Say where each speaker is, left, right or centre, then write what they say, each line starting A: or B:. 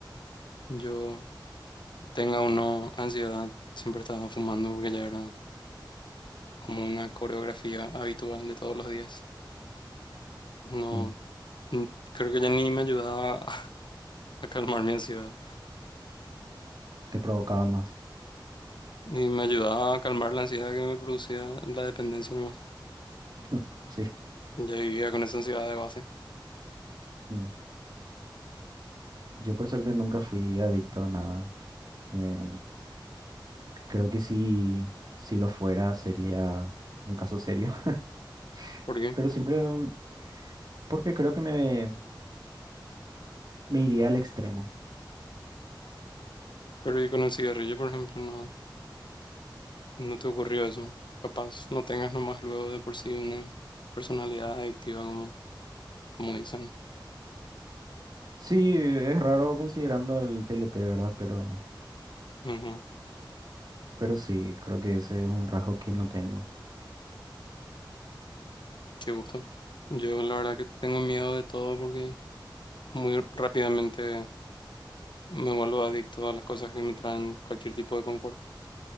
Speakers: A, on the left; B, on the right.
A: yo tenga o no ansiedad, siempre estaba fumando porque ya era como una coreografía habitual de todos los días. No,
B: mm.
A: n- creo que ya ni me ayudaba <laughs> a, calmar mi ansiedad,
B: Te provocaba más.
A: ni me ayudaba a calmar la ansiedad que me producía la dependencia nomás.
B: <laughs> Sí.
A: Ya vivía con esa ansiedad de base.
B: Mm. Yo por suerte nunca fui adicto a nada. Eh, creo que si, si lo fuera sería un caso serio. <laughs>
A: ¿Por qué?
B: Pero siempre, mm, porque creo que me, me iría al extremo.
A: Pero y con el cigarrillo, por ejemplo, no. No te ocurrió eso. Capaz no tengas nomás luego de por sí una personalidad adictiva como, como dicen.
B: Sí, es raro considerando el TLP, ¿verdad? Pero,
A: Ujú,
B: pero sí, creo que ese es un rasgo que no tengo.
A: Qué gusto. Yo la verdad que tengo miedo de todo porque muy rápidamente me vuelvo adicto a las cosas que me traen cualquier tipo de confort